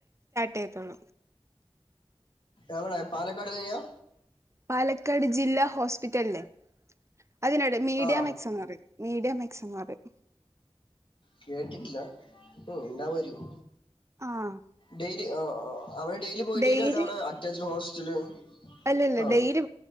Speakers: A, on the right; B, on the left.
A: കേക്കണം
B: എവിട പാലക്കാട് ത്യാ
A: പാലക്കാട് ജില്ലാ ഹോസ്പിറ്റലിലില് അതിനോട് മീഡിയം
B: ആ
A: എക്സ് എന്ന് പറയും മീഡിയം എക്സ് എന്ന് പറയും
B: കേട്ടിട്ടില്ല ഉ ഉണ്ടാവകുമായിും
A: ആഹ്
B: ഡെയിലി ആ അവടെ ഡെയിലി പോയിട്ട
A: ഡെയിലി
B: വരുല്ല അവിടെ അറ്റാച്ച്ഡ് ഹോസ്റ്റല്
A: അല്ലല്ല
B: ആ
A: ഡെയിലി